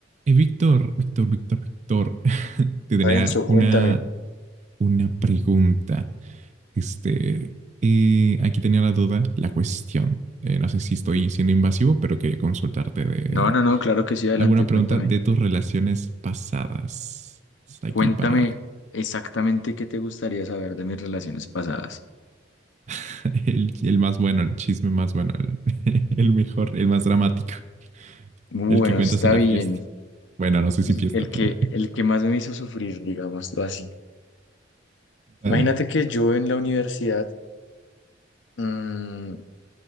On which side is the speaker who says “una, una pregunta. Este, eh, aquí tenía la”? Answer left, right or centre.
Right